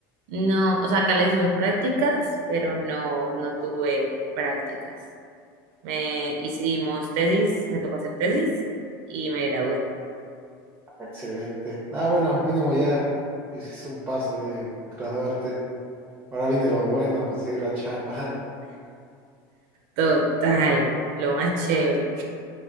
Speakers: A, on the right; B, on the right.
A: no, o sea, acá le decimos prácticas, pero no, no tuve prácticas. Me hicimos tesis, me tocó hacer tesis y me gradué.
B: Excelente. Ah, bueno, mínimo ya hiciste un paso de graduarte. Ahora viene lo bueno, conseguir la chamba. <laughs>
A: Total, lo más chévere.